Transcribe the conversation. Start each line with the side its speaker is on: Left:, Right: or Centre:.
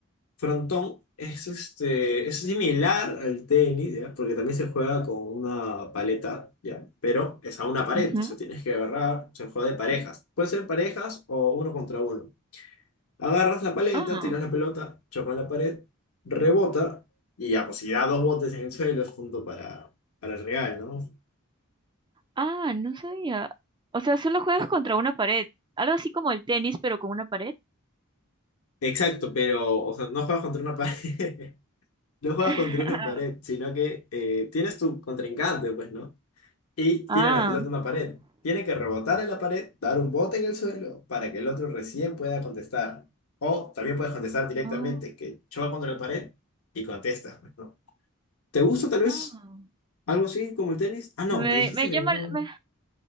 Left: frontón es este, es similar al tenis, ¿ya? Porque también se juega con una paleta, ¿ya? Pero es a una pared,
Right: ujú.
Left: o sea, tienes que agarrar, se juega de parejas. Puede ser parejas o uno contra uno. Agarras la paleta,
Right: Ah,
Left: tiras la pelota, choca en la pared, rebota y ya, pues si da dos botes en el suelo es punto para, para el regal, ¿no?
Right: ah, no sabía. O sea, solo juegas contra una pared. Algo así como el tenis, pero con una pared.
Left: Exacto, pero, o sea, no juegas contra una pared, <laughs> no juegas
Right: <laughs>
Left: contra una pared, sino que eh, tienes tu contrincante, pues, ¿no? y
Right: Ah,
Left: tiran la pelota a una pared. Tiene que rebotar en la pared, dar un bote en el suelo para que el otro recién pueda contestar. O también puedes contestar directamente,
Right: ah,
Left: que choca contra la pared y contestas, pues, ¿no? ¿Te gusta tal
Right: ah.
Left: vez algo así como el tenis? Ah,
Right: Me,
Left: no, me dijiste
Right: me
Left: que
Right: llama,
Left: no.
Right: me,